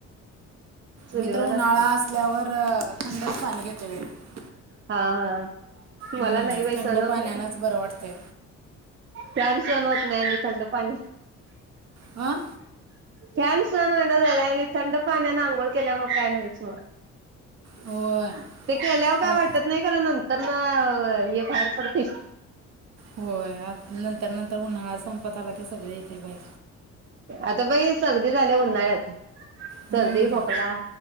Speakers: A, on the right; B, on the right.
A: चुलीवर
B: मी तर उन्हाळा
A: असते
B: असल्यावर थंडच पाणी घेते. <unintelligible>
A: हा हा
B: हम्म,
A: मला नाही बाई
B: थंड
A: सण होत
B: पाण्यानंच
A: नाही
B: बरं वाटतंय
A: फॅन सण होत नाही आणि थंड पाणी.
B: आ.
A: फॅन सन होईना झालाय आणि थंड पाण्याने आंघोळ केल्याव मग काय नाहीच मग.
B: होय
A: ते केल्यावर काय
B: लाग
A: वाटत नाही खरा नंतर. तर ना हे बाहेर पडतेस
B: होय आत नंतर नंतर उन्हाळा संपत आला ते सगळे येतील बाई
A: आता बई सर्दी झाले उन्हाळ्यात
B: हम्महा
A: सर्दी खोकला